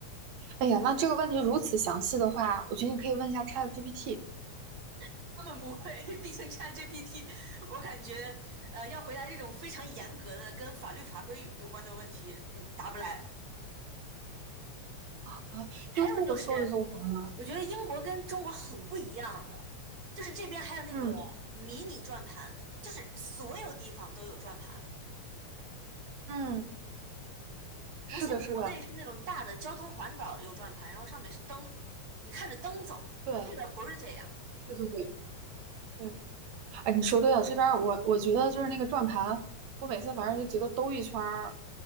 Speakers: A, on the right (about 70°); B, on the right (about 45°).
A: 哎呀，那这个问题如此详细的话，我觉得你可以问一下 ChatGPT
B: <laughs> 他们不会，<laughs> 毕竟 ChatGPT，我感觉呃要回答这种非常严格的跟法律法规有关的问题，嗯，答不来。
A: 啊，YouTube
B: 还有就是，
A: 搜一搜行吗？
B: 我觉得英国跟中国很不一样的，就是这边还有那个迷你转盘，
A: 嗯
B: 就是所有地方都有转盘，
A: 嗯，是的，
B: 不像国内是那种大的交通环岛有转盘，
A: 是的，
B: 然后上面是灯，你看着灯走，
A: 对
B: 这边不是这样。
A: 对对对对。哎，你说对了，这边儿我我觉得就是那个转盘，我每次反正就觉得兜一圈儿，